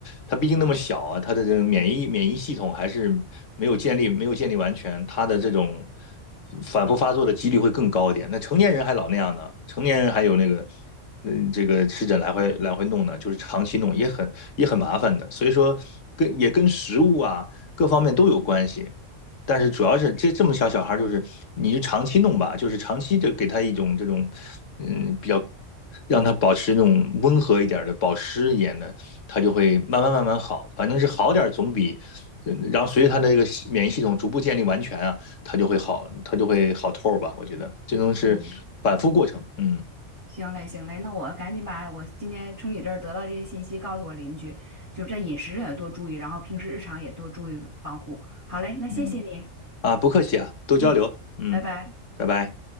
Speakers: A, on the left; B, on the right.
A: 他毕竟那么小啊，他的这个免疫免疫系统还是没有建立没有建立完全，他的这种反复发作的几率会更高一点。那成年人还老那样呢，成年人还有那个。嗯，这个湿疹来回来回弄呢，就是长期弄也很也很麻烦的，所以说跟也跟食物啊，各方面都有关系。但是主要是这这么小小孩，就是你就长期弄吧，就是长期的给他一种这种，嗯，比较让他保持那种温和一点的、保湿一点的，他就会慢慢慢慢好。反正是好点儿总比，嗯然后随着他的这个系免疫系统逐步建立完全啊，他就会好，他就会好透儿吧。我觉得这种是反复过程，
B: 嗯。
A: 嗯
B: 行嘞，行嘞，那我赶紧把我今天从你这儿得到这些信息告诉我邻居，就是在饮食上也多注意，然后平时日常也多注意防护。好嘞，那谢谢你，
A: 嗯，啊，不客气啊，多交流，
B: 嗯，
A: 嗯，
B: 拜拜。
A: 拜拜。